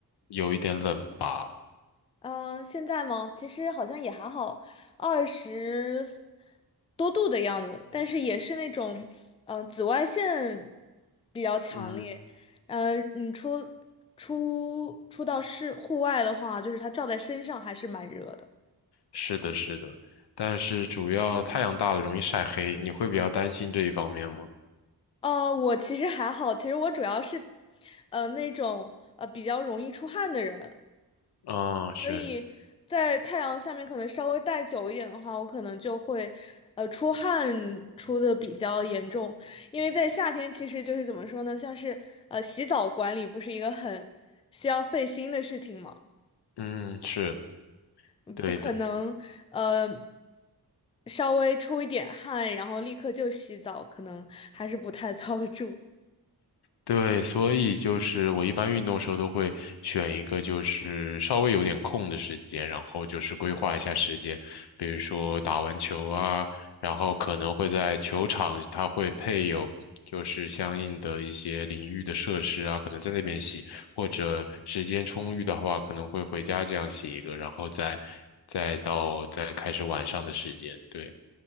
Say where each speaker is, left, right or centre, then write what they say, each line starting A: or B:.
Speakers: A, on the left; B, on the left.
A: 有一点冷吧？
B: 嗯，呃现在吗？其实好像也还好，二十多度的样子，但是也是那种，嗯、紫外线比较强烈。
A: 嗯，
B: 嗯，你出出出到室户外的话，就是它照在身上还是蛮热的。
A: 是的，是的，但是主要太阳大了容易晒黑，你会比较担心这一方面吗？
B: 呃，我其实还好，其实我主要是，呃，那种呃比较容易出汗的人，
A: 啊，是，
B: 所以在太阳下面可能稍微待久一点的话，我可能就会，呃，出汗出的比较严重，因为在夏天其实就是怎么说呢，像是呃洗澡管理不是一个很需要费心的事情嘛，
A: 嗯，是
B: 嗯不可能呃
A: 对的，
B: 稍微出一点汗，然后立刻就洗澡，可能还是不太 <laughs> 遭得住。
A: 对，所以就是我一般运动的时候都会选一个就是稍微有点空的时间，然后就是规划一下时间，比如说打完球啊，然后可能会在球场，它会配有就是相应的一些淋浴的设施啊，可能在那边洗，或者时间充裕的话，可能会回家这样洗一个，然后再再到再开始晚上的时间，对。